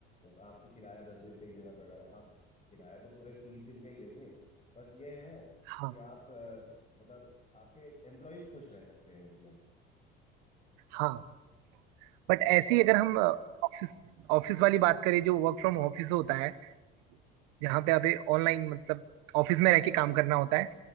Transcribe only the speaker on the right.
हाँ
हाँ बट ऐसे
ही अगर हम ऑफिस ऑफिस वाली बात करें जो वर्क फ्रॉम ऑफिस होता है जहाँ पे आप ऑनलाइन मतलब ऑफिस में रह के काम करना होता है